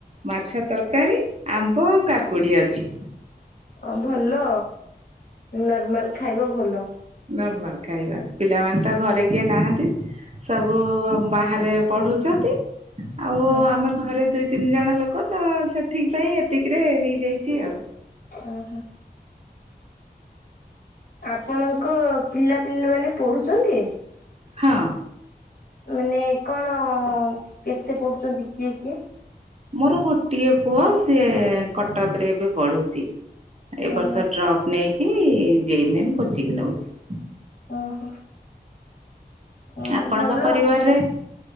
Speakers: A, on the right; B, on the left.
A: ମାଛ ତରକାରୀ ଆମ୍ବ ଆଉ କାକୁଡି ଅଛି।
B: ଅ ଭଲ ନର୍ମାଲ ଖାଇବା ଭଲ।
A: ନର୍ମାଲ ଖାଇବା, ପିଲାମାନେ ତ ଘରେ କିଏ ନାହାନ୍ତି। ସବୁ ବାହାରେ ପଢୁଛନ୍ତି। ଆଉ
B: ଓହୋ
A: ଆମେ ଘରେ ଦୁଇ ତିନି ଜଣ ଲୋକ ତ ସେଥି ପାଇଁ ଏତିକିରେ ହେଇଯାଇଛି ଆଉ।
B: ଓ ହୋ। ଆପଣଙ୍କ ପିଲାପିଲାମାନେ ପଢ଼ୁଛନ୍ତି?
A: ହଁ।
B: ମାନେ କଣ କେତେ ପଡୁଛନ୍ତି କିଏ କିଏ?
A: ମୋର ଗୋଟିଏ ପୁଅ ସିଏ କଟକ ରେ ଏବେ ପଢୁଛି। ଏ
B: ଓହୋ
A: ବର୍ଷ ଡ୍ରପ ନେଇକି ଜେଇ ମେନ୍ କୋଚିଂ ନଉଛି।
B: ଓହୋ। ଓ
A: ଆପଣଙ୍କ
B: ଭଲ।
A: ପରିବାରରେ